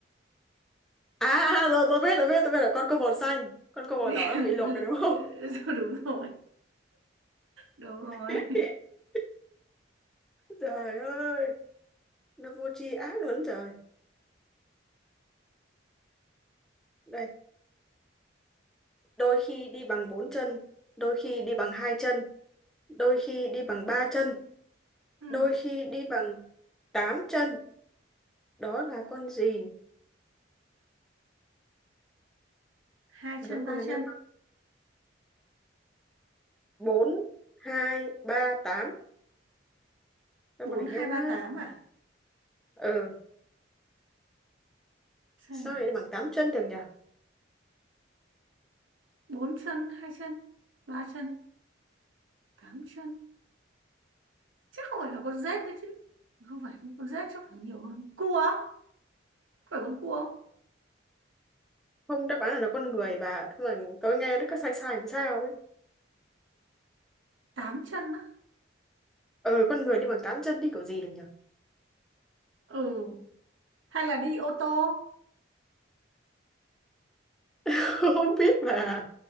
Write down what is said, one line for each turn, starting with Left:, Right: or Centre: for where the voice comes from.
Centre: à à, à, rồi tôi biết tôi biết tôi biết là con cô màu xanh con cô màu
Right: <laughs>
Centre: đỏ nó bị luộc rồi đúng không
Right: Rồi, đúng rồi đúng rồi
Centre: <laughs> trời ơi nó vô tri ác lớn trời đây đôi khi đi bằng bốn chân đôi khi đi bằng hai chân đôi khi đi bằng ba chân
Right: ừ.
Centre: đôi khi đi bằng tám chân đó là con gì
Right: hai
Centre: đó
Right: chân ba
Centre: con này
Right: chân
Centre: nghe bốn hai ba tám sao
Right: bốn
Centre: con này
Right: hai
Centre: nghe nó
Right: ba tám à
Centre: ừ
Right: xem
Centre: sao
Right: nào
Centre: lại bằng tám chân được nhỉ
Right: bốn chân hai chân ba chân tám chân chắc không phải là con rết đấy chứ không phải con rết chắc phải nhiều hơn cua á? phải con cua không?
Centre: không đáp án là là con người bà Thế mà tôi nghe nó có sai sai làm sao ấy
Right: tám chân á
Centre: ừ con người đi bằng tám chân đi kiểu gì được nhỉ
Right: ừ hay là đi ô tô
Centre: <laughs> không biết bà